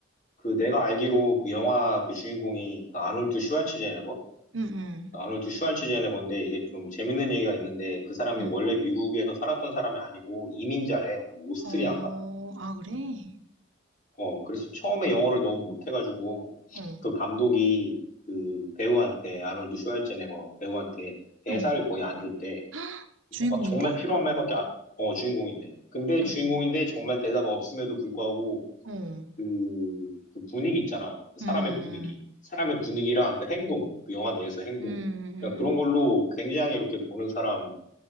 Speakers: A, on the left; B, on the right.
A: 그 내가 알기로 그 영화 그 주인공이 그 아놀드 슈왈츠제네거?
B: 응, 응,
A: 그 아놀드 슈왈츠제네거인데 이게 좀 재밌는 얘기가 있는데 그 사람이
B: 응.
A: 원래 미국에서 살았던 사람이 아니고 이민자래. 뭐 오스트리아인가?
B: 어, 아, 그래?
A: 어, 그래서 처음에 영어를 너무 못해가지고
B: 어,
A: 그 감독이 그 배우한테 아놀드 슈왈츠제네거 배우한테 대사를
B: 어.
A: 거의 안 줬대.
B: <gasps> 헉,
A: 그러니까
B: 주인공인데?
A: 막 정말 필요한 말밖에 안- 어, 주인공인데. 근데
B: 어,
A: 주인공인데 정말 대사가 없음에도 불구하고
B: 어.
A: 그, 그 분위기 있잖아. 그 사람의
B: 음,
A: 분위기.
B: 음,
A: 사람의 분위기랑 그 행동, 그 영화 내에서 행동.
B: 음, 음.
A: 그러니까 그런
B: 음.
A: 걸로 굉장히 이렇게 보는 사람한테